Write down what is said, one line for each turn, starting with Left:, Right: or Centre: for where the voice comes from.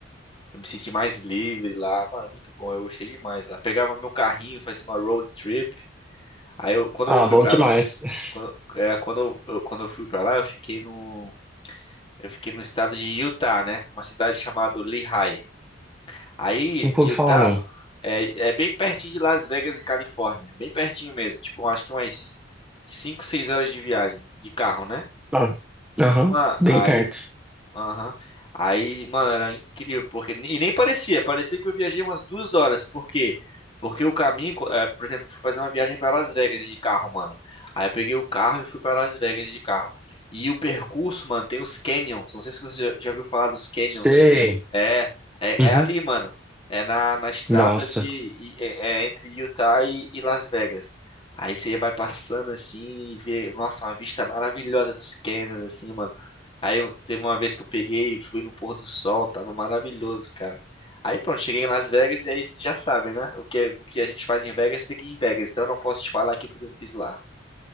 Left: Eu me senti mais livre lá, mano, muito bom. Eu gostei demais lá. Pegava meu carrinho, fazia uma road trip. Aí eu, quando
Centre: Ah,
Left: eu fui
Centre: bom
Left: pra
Centre: demais.
Left: lá,
Centre: <laughs>
Left: quando, é, quando eu, quando eu fui para lá, eu fiquei no, eu fiquei no estado de Utah, né? Numa cidade chamada Lehigh. Aí,
Centre: Não pude
Left: Utah
Centre: falar, não.
Left: É, é bem pertinho de Las Vegas e Califórnia. Bem pertinho mesmo. Tipo, acho que umas 5, 6 horas de viagem de carro, né?
Centre: Ah, aham,
Left: Mano,
Centre: bem
Left: aí
Centre: perto.
Left: Aham. Aí, mano, era incrível, porque. E nem parecia, parecia que eu viajei umas duas horas. Por quê? Porque o caminho, co- eh, por exemplo, eu fui fazer uma viagem para Las Vegas de carro, mano. Aí eu peguei o carro e fui para Las Vegas de carro. E o percurso, mano, tem os canyons. Não sei se você já, já ouviu falar dos canyons
Centre: Sei.
Left: que tem. É, é,
Centre: Uhum.
Left: é ali, mano. É na, na estrada
Centre: Nossa.
Left: de, e- é, é entre Utah e, e Las Vegas. Aí você vai passando assim e vê, nossa, uma vista maravilhosa dos canyons, assim, mano. Aí eu- teve uma vez que eu peguei e fui no pôr do sol, tava maravilhoso, cara. Aí pronto, cheguei em Las Vegas e aí já sabem, né? O que, o que a gente faz em Vegas fica em Vegas, então eu não posso te falar aqui o que eu fiz lá.